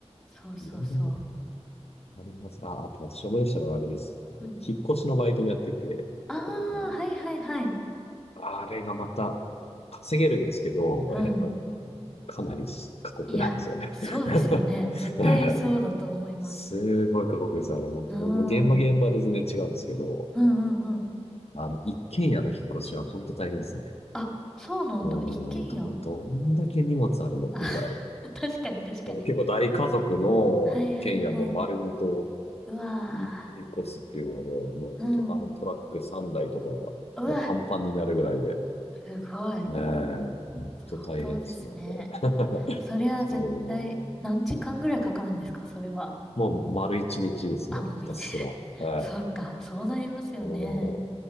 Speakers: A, in the centre; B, on the left.
A: そうそうそ
B: いろいろあります。あ、あと私思い出したのはあれです。
A: う。うん。
B: 引っ越しのバイトもやってて、
A: ああ、
B: こう、
A: はいはいはい。
B: あれがまた稼げるんですけど、
A: うん。
B: やっぱかなり過酷なんですよね。
A: いや、そうですよね。
B: <laughs>
A: 絶対そうだと思います。
B: すごい過酷です。あれ、本当僕も現場現場で全然違うんですけど、
A: うん。うんうんうん。
B: あの、一軒家の引っ越しは本当大変ですね。
A: あ、そうなんだ。
B: もう、
A: 一軒家。
B: ど、どんだけ荷物あるのってぐらい。
A: あ、<laughs> 確かに確かに。
B: でも結構大家族の一軒家も丸ごと、
A: はいはいはい。うわ
B: い引っ越すっていうので、もうと、
A: ー。うん。
B: あのトラック3台とか、
A: うわ、
B: もうパンパンになるぐらいで、
A: すごい。
B: えーちょっと大変ですよ、
A: 相当ですね。
B: あれ
A: そりゃ絶対何時間ぐらいかかるんですかそれは。
B: <laughs> そう、もう丸一日ですね、
A: あ、もういいぜ。
B: ひたすら。
A: <laughs>
B: はい。
A: そっか、そうなりますよね。
B: も